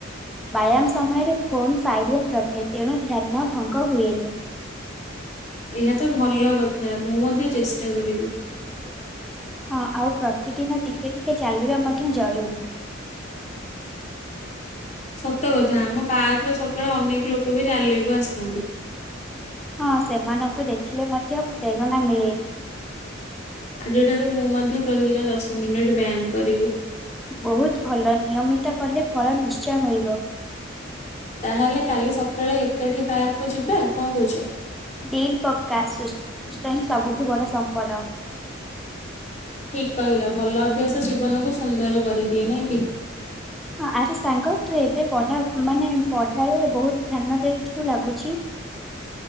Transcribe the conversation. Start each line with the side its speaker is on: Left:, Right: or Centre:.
Centre: ବ୍ୟାୟାମ ସମୟରେ ଫୋନ ସାଇଲେଣ୍ଟ ରଖେ ତେଣୁ ଧ୍ୟାନ ଭଙ୍ଗ ହୁଏନି।
Left: ଏହା ତ ଭଲ କଥା ମୁଁ ମଧ୍ୟ ଚେଷ୍ଟା କରିବି।
Centre: ହଁ ଆଉ ପ୍ରତିଦିନ ଟିକେ ଟିକେ ଚାଲିବା ମଧ୍ୟ ଜରୁରୀ।
Left: ସତ କଥା ଆମ ପାର୍କରେ ସକାଳେ ଅନେକ ଲୋକ ବି ଚାଲେଆକୁ ଆସୁଛନ୍ତି।
Centre: ହଁ ସେମାନଙ୍କୁ ଦେଖିଲେ ମଧ୍ୟ ପ୍ରେରଣା ମିଳେ ‌।
Left: ଆଜି ଠାରୁ ମୁଁ ମଧ୍ୟ ପ୍ରତିଦିନ ଦଶ ମିନିଟ ବ୍ୟାୟାମ କରିବି।
Centre: ବୋହୁତ ଭଲ ନିୟମିତ କଲେ ଫଳ ନିଶ୍ଚୟ ମିଳିବ।
Left: ତାହେଲେ କାଲି ସକାଳେ ଏକାଠି ପାର୍କୁ ଯିବା। କଣ କହୁଛ?
Centre: ଡିଲ୍ ପକ୍କା ସୁ ସୁସ୍ଥ ହିଁ ହିଁ ସବୁଠୁ ବଡ ସମ୍ପଦ।
Left: ଠିକ କହିଲ। ଭଲ ଅଭ୍ୟାସ ଜୀବନକୁ ସୁନ୍ଦର କରିଦିଏ ନାଇଁ କି?
Centre: ହଁ ଆରେ ସାଙ୍ଗ ତୁ ଏବେ ପଢା ମାନେ ପଢାରେ ବୋହୁତ ଧ୍ୟାନ ଦେଉଛୁ ଲାଗୁଛି।